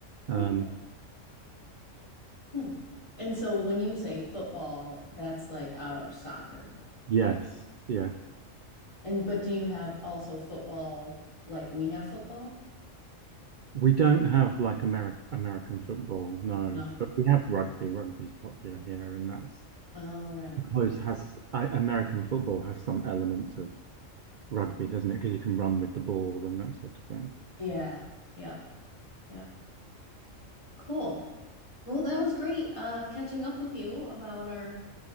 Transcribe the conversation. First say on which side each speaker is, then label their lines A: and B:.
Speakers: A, on the right (about 65°); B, on the left (about 25°).
A: Um,
B: okay. Hmm. And so when you say football, that's like our soccer.
A: yes, yeah.
B: And but do you have also football like we have football?
A: We don't have like Ameri American football, no,
B: No.
A: but we have rugby. Rugby's popular here, and that's
B: Oh, right.
A: I suppose has I, American football has some elements of rugby, doesn't it? Because you can run with the ball and that sort of thing.
B: Yeah. Yep. Yep. Cool. Well, that was great uh catching up with you about our